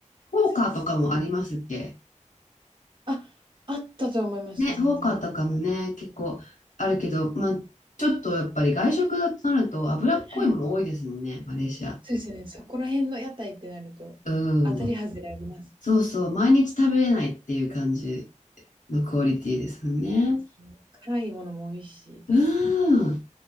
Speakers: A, on the left; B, on the right.
A: フォーカーとかもありますっけ
B: そうですね。あ、あったと思います、
A: ね、
B: 全然いっぱい。
A: フォーカーとかもね、結構あるけど、まあ、ちょっとやっぱり外食だとなると脂っこいもの多いですもんね、
B: はい。
A: マレーシア。
B: そうですね、そこら辺の屋台ってなると、
A: うん。
B: 当たり外れあります。
A: そうそう、毎日食べれないっていう感じのクオリティですもんね。
B: わかります。辛いものも美味しい。
A: うん。